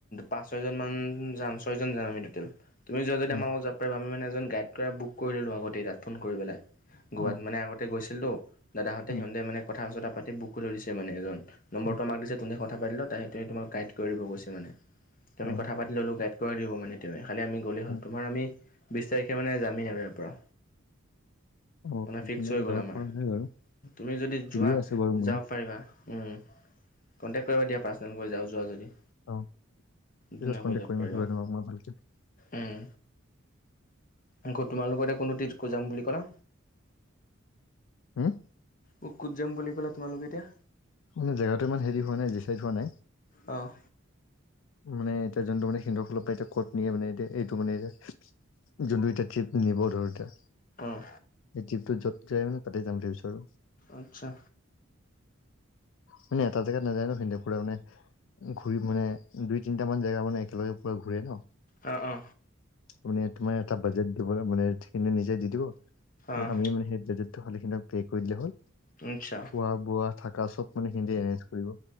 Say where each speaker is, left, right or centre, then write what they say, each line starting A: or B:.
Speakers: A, on the left (about 40°); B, on the left (about 70°).
A: পাঁচ ছয় জন মান যাম ছয় জন যাম আমি টেল তুমি যোৱা যদি
B: উম,
A: আমাৰ লগত যাম। ত আমি মানে এ গড কৰা বুক কৰি ললো আগতে তাত ফোন কৰি পেলাই
B: অ',
A: গোৱাত মানে আগতে গৈছিলতো। দাদাহতে
B: উম,
A: সিহঁতে মানে কথা পাতি বুক কৰি দিছে মানে এ নম্বৰটো
B: উম,
A: আমাক দিছে ততে কথা পাতি লও তাই সেইটো তোক গাইড দিব কৈছে মানে তুমি
B: অ',
A: কথা পাতি ল'লো গাইড কৰি দিব মানে। খালি আমি গ'লে হ'ল।
B: অ',
A: তোমাৰ আমি বিশ তাৰিখে মানে যামেই আৰু ইয়াৰ পৰা।
B: অ',
A: মানে ফিক্স
B: তেনে
A: হৈ গ'ল
B: যাব
A: আমাৰ
B: পৰা নাই বাৰু
A: তুমি যদি
B: ফ্ৰীয়ে
A: যোৱা
B: আছো বাৰু ময়ো।
A: যাব পাৰিবা। কণ্টেক্ট কৰিবা দিয়া পাৰ্চনেল গৈ যাওঁ যোৱা যদি-
B: অ' পিছত
A: ধুনীয়াকৈ
B: কণ্টেক্ট
A: যাব
B: কৰিম
A: পাৰিবা
B: আহিবা তোমাক মই ভালকৈ।
A: উম আকৌ তোমালোক এ কোনটো টিটক যাম বুলি ক'লা।
B: হম?
A: অ, ক'ত যাম বুলি ক'লে তোমালোকে এতিয়া
B: মানে জেগাতটো ইমান হেৰি হোৱা নাই জি চাইড হোৱা নাই।
A: অ',
B: মানে এতিয়া যোনটো মানে সিন্দুৰ ফালৰ পৰা এতিয়া কত নিয়ে মানে এতিয়া এইটো মানে এতিয়া। যোনটো এতিয়া ট্ৰিপ নিব ধৰ এতিয়া,
A: অঁ
B: এই ট্ৰিপটো যত যাই মানে তাতে যাম বুলি ভাবিছো।
A: আচ্ছা।
B: মানে এটা জেগাত নাযায় ন সিহঁতে পুৰা মানে ঘূৰি মানে দুই তিনিটা মান জেগা মানে একেলগে পুৰা ঘূৰে ন,
A: অ -অ,
B: মানে তোমাৰ এটা বাজেট দিব মানে সেই নিজে দি দিব। তোৰ
A: অঁ
B: আমি মানে সেই বেজেটটো শালীখিন পে' কৰি দিলে হ'ল।
A: তোৰ ইচ্ছা।
B: খোৱা বোৱা থাকা চব সিহঁতি এৰেঞ্জ কৰিব।